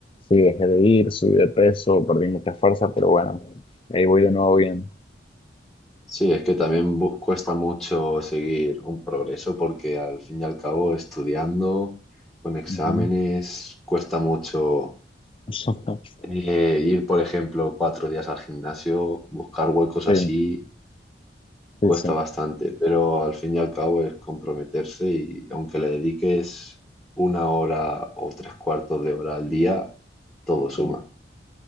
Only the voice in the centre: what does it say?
Sí, es que también bu- cuesta mucho seguir un progreso porque al fin y al cabo estudiando con exámenes
cuesta mucho
eh, ir, por ejemplo, cuatro días al gimnasio, buscar huecos
así, cuesta
bastante, pero al fin y al cabo es comprometerse y aunque le dediques una hora o tres cuartos de hora al día, todo suma.